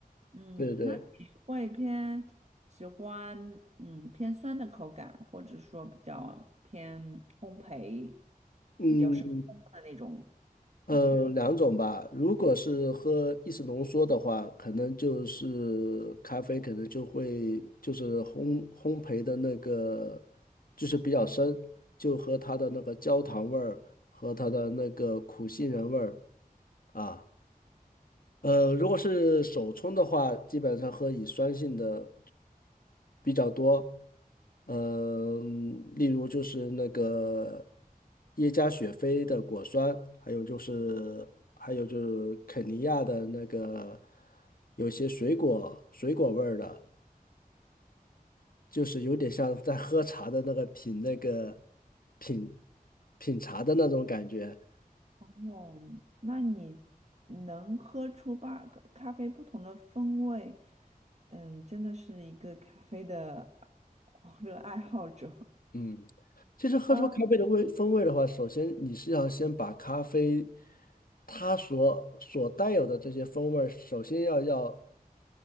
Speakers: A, on the right (about 45°); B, on the left (about 70°).
A: 嗯，
B: 对对对，
A: 那你会偏喜欢嗯偏酸的口感，或者说比较偏烘焙，
B: 嗯，
A: 比较深烘的那种，
B: 呃，
A: 嗯，
B: 两种吧。如果是喝意式浓缩的话，可能就是咖啡，可能就会就是烘烘焙的那个，就是比较深，就和它的那个焦糖味儿和它的那个苦杏仁味儿啊。呃，如果是手冲的话，基本上喝乙酸性的比较多，嗯、例如就是那个耶加雪菲的果酸，还有就是还有就是肯尼亚的那个有些水果水果味儿的，就是有点像在喝茶的那个品那个品品茶的那种感觉。
A: 哦，那你能喝出个咖啡不同的风味，嗯，真的是一个咖啡的狂热爱好者，
B: 嗯，其实喝出咖啡的味风味的话，
A: 嗯
B: 首先你是要先把咖啡它所所带有的这些风味儿首先要要